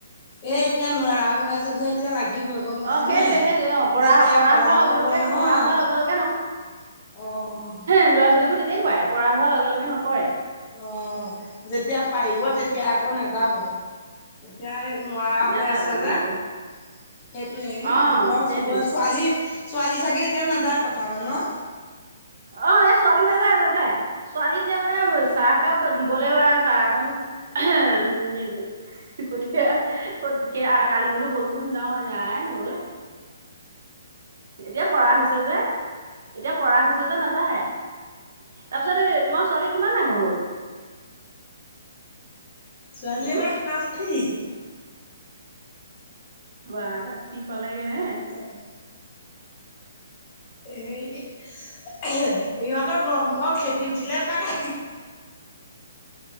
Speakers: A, on the left; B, on the right.
A: এই এতিয়া নোৱাৰা হৈ আছো যে। <inaudible> তেতিয়া লাগিবই গম পাইছে
B: অ সেইটোৱে
A: নে
B: সেইটোৱে অ পৰা
A: যেতিয়া
B: পৰা
A: পঢ়াও
B: হোৱাৰ লগে
A: হ'ব
B: লগে
A: নহয়
B: পৰা হোৱাৰ
A: <unintelligible>
B: লগে লগে
A: অঁ-অঁ। <inaudible>
B: ল'ৰা-ছোৱালীবোৰ তেনেকুৱাই পৰা হোৱা লগে-লগে নকৰে। <inaudible>
A: অঁ! যেতিয়া পাৰিব তেতিয়া আকৌ নাযাব। <unintelligible> এতিয়া নোৱাৰা
B: নাযাব
A: হৈ আছে
B: নাযাব
A: যে <inaudible> সেইটোৱেই
B: অ
A: এইটো আৰু
B: সেইটোৱে
A: চবৰে ছোৱালী <unintelligible> ছোৱালী চাগে এতিয়া নাযায় পথাৰলৈ ন? <inaudible>
B: অ‍ঁ! এই ছোৱালী নাযায়-নাযায় ছোৱালী এতিয়া মানে চাহ একাপ দিবলৈ বা চাহকণ <unintelligible> <inaudible> কঠিয়া কত কে <inaudible> কালি বোলো ব'লচোন যাওঁ নাই নগ'লে। এতিয়া পৰা হৈছে যে। <inaudible> এতিয়া পৰা হৈছে যে নাযায়। তাৰপিছত এ তোমাৰ ছোৱালী কিমান ডাঙৰ হ'ল? <unintelligible>
A: ছোৱালী
B: উম
A: এইবাৰ ক্লাছ থ্ৰি। <unintelligible>
B: বাহ থ্ৰি পালেগে নে? <unintelligible>
A: হয় <inaudible> এই <inaudible> ইহঁতৰ গৰম বন্ধ খেতি উঠিলে এপাক <unintelligible>